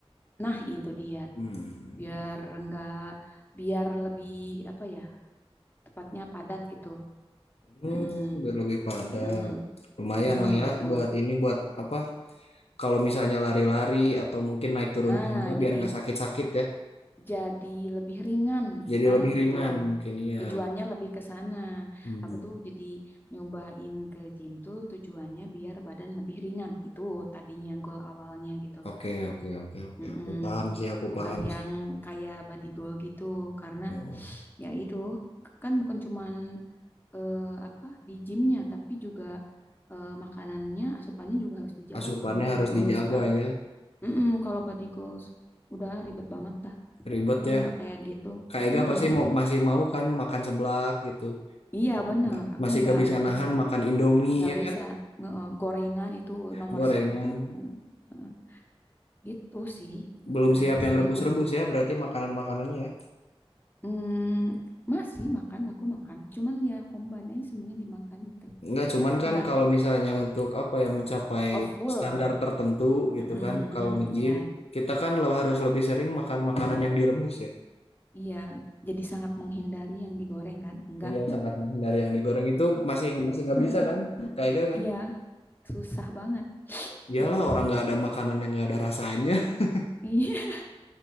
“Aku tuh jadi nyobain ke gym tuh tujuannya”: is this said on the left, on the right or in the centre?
Left